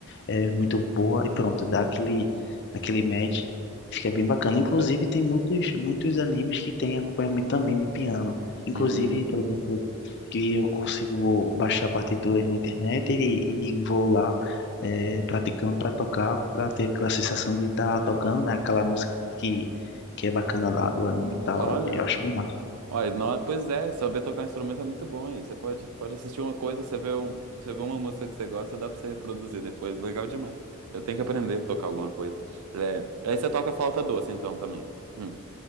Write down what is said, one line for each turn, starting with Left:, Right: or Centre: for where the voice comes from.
Left: é muito boa e pronto, dá aquele, aquele match e fica bem bacana. Inclusive,
Right: é.
Left: tem muitos, muitos animes que tem acompanhamento também de piano. Inclusive,
Right: Hum.
Left: por exemplo, que eu consigo baixar partituras na internet e, e vou lá é, praticando para tocar, para ter aquela sensação de estar tocando, né? Aquela música que, que é bacana lá do anime e tal.
Right: Olha.
Left: É- Eu acho bem massa.
Right: Olha, não, pois é, saber tocar um instrumento é muito bom aí. Você pode, pode assistir uma coisa, você vê, um, você vê uma música que você gosta, dá pra você reproduzir depois. Legal demais. Eu tenho que aprender a tocar alguma coisa. É, aí você toca flauta doce, então, também. Hum,